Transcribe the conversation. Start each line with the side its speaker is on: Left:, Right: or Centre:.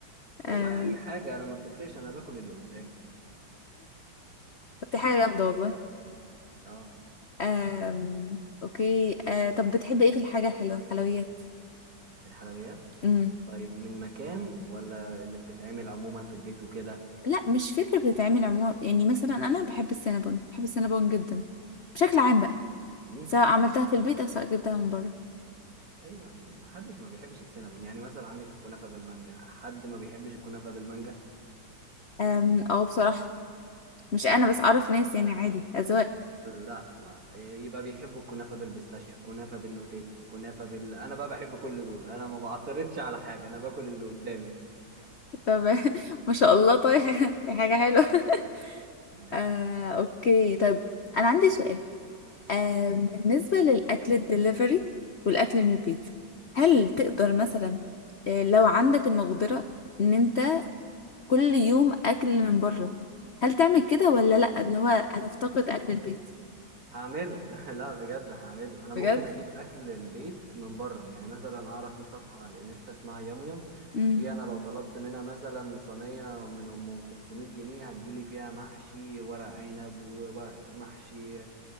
Right: والله
Left: آه
Right: اي حاجه انا ما بتفرقش انا باكل اللي قدامي
Left: طب دي حاجة جامدة والله
Right: اه
Left: آم... اوكي آه طب بتحب ايه في الحاجة الحلوة حلويات
Right: الحلويات
Left: امم
Right: طيب من مكان ولا اللي بتتعمل عموما في البيت وكده
Left: لا مش فكرة بتتعمل عموما يعني مثلا انا بحب السينابون بحب السينابون جدا بشكل عام بقى
Right: ومين
Left: سواء
Right: ما بيحبوش
Left: عملتها في البيت او سواء جبتها من بره
Right: ايوه ما حدش ما بيحبش السينابون يعني مثلا عندك الكنافه بالمانجا حد ما بيحبش الكنافه بالمانجا
Left: آم... او بصراحة مش
Right: م-
Left: انا بس اعرف ناس يعني عادي اذواق
Right: لا لا يبقى بيحبوا الكنافه بالبيستاشيو كنافه بالنوتيلا كنافه بال انا بقى بحب كل دول انا ما بعترضش على حاجه انا باكل اللي قدامي
Left: طب <laughs> ما شاء الله طيب <laughs> دي حاجة حلوة <laughs>
Right: تمام.
Left: آه، اوكي طيب انا عندي سؤال آه بالنسبة للأكل الدليفري والأكل من البيت هل تقدر مثلا آه لو عندك المقدرة إن أنت كل يوم أكل من بره هل تعمل كده ولا لأ اللي هو هتفتقد أكل البيت
Right: هعمله <laughs> لا بجد هعمله انا ممكن
Left: بجد
Right: اجيب اكل البيت من بره يعني مثلا اعرف في صفحه على الانستا اسمها يام يام
Left: امم
Right: دي انا لو طلبت منها مثلا صينيه من ام 500 جنيه هتجيلي فيها محشي ورق عنب ومحشي